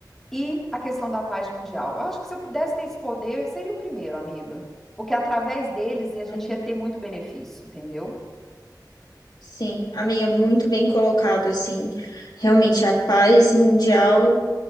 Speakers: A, in the centre; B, on the left (about 60°).
A: E a questão da paz mundial. Eu acho que se eu pudesse ter esse poder, eu seria o primeiro, amiga. Porque através deles a gente
B: Am-
A: ia ter muito benefício, entendeu?
B: Sim, amiga, muito bem colocado, assim. Realmente, a paz mundial,